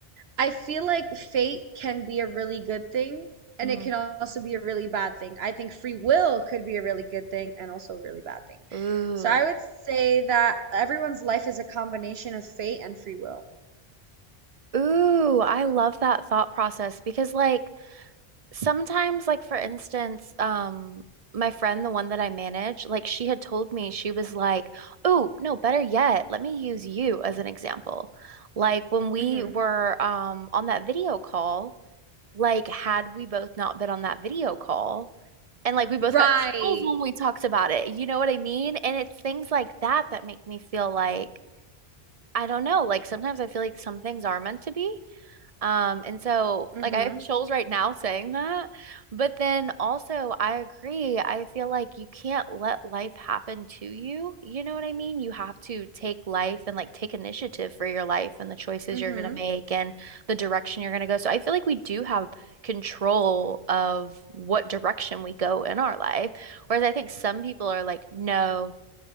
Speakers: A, on the right; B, on the right.
A: I feel like fate can be a really good thing, and
B: Mhm.
A: it can also be a really bad thing. I think free will could be a really good thing and also a really bad thing.
B: Ooh.
A: So I would say that everyone's life is a combination of fate and free will.
B: Ooh, I love that thought process because like sometimes like for instance, um my friend, the one that I manage, like she had told me she was like, "Oh, no, better yet, let me use you as an example." Like when we
A: hmm
B: were um on that video call, like had we both not been on that video call, and like we both
A: Right.
B: got chills when we talked about it. You know what I mean? And it's things like that that make me feel like I don't know, like sometimes I feel like some things are meant to be. Um, and so
A: Mm-hmm.
B: like I have chills right now saying that, but then also I agree. I feel like you can't let life happen to you. You know what I mean? You have to take life and like take initiative for your life and the choices
A: Mm-hmm.
B: you're gonna make and the direction you're gonna go. So I feel like we do have control of what direction we go in our life. Whereas I think some people are like, no,